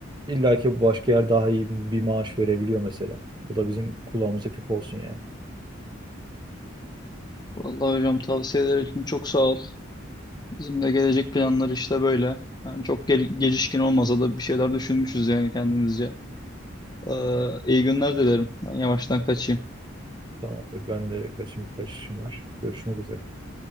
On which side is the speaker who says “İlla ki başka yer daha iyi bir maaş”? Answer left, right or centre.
Right